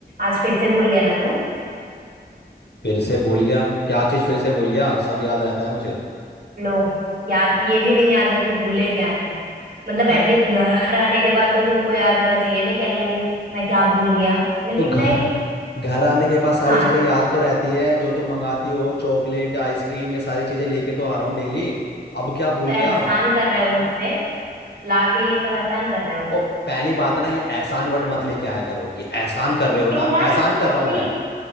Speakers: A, on the right; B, on the left.
A: आज फिर से भूल गए ना तुम
B: फिर से भूल गया क्या चीज फिर से भूल गया सब याद रहता है मुझे
A: लो याद ये भी नहीं याद है कि भूले क्या है मतलब
B: अरे
A: एटलीस्ट घर आने के बाद तो तुमको याद होना चाहिए ना कि अरे अरे मैं क्या भूल गया लेकिन
B: तो घर
A: नहीं
B: घर आने के बाद सारी
A: हाँ
B: चीजें याद तो रहती है जो तुम मंगाती हो चॉकलेट आइसक्रीम ये सारी चीजें लेके तो आ रहा हूँ डेली अब क्या भूल
A: तो एहसान
B: गया
A: कर रहे हो मुझ पे लाके ये सब एहसान कर रहे हो
B: ओ पहली बात ना ये एहसान वर्ड मत लेके आया करो कि एहसान कर रहे हो
A: क्यों
B: ना
A: ना
B: एहसान
A: लेकिन
B: कर रहा हूँ
A: नहीं
B: मैं